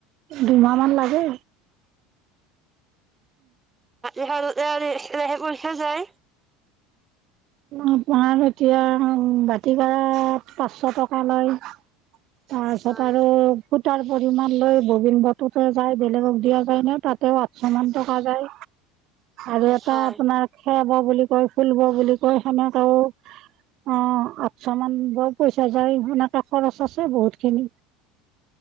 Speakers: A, on the right; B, on the right.
A: দুইমাহ মান লাগে।
B: এহাৰ ৰেহাই পৰীক্ষা যায়
A: আপোনাৰ এতিয়া বাতি কৰা পাঁচশ টকা লয়। তাৰপিছত
B: হয়,
A: আৰু তাৰ পৰিমাণ লৈ ববিন বতুতে যায়, বেলেগক দিয়া যায় ন তাতেও আঠছ মান টকা যায় আৰু এটা
B: হয়।
A: আপোনাৰ খে ব বুলি কয় ফুল ব বুলি ক <unintelligible> কৈ সেনেকে ও অ আঠছ মান ব পইচা যায়। সেনেকে খৰচ আছে বহুত খিনি।